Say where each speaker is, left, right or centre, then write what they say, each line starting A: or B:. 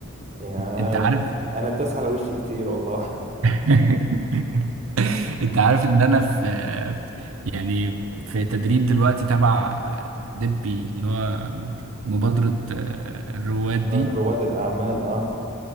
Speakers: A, on the right; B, on the right.
A: يعني أنا
B: انت عارف
A: أنا الداس على وشي كتير والله
B: <laughs> انت عارف ان انا في يعني في تدريب دلوقتي تبع دبي اللي هو مبادرة الرواد
A: <laughs>
B: دي
A: رواد الأعمال أه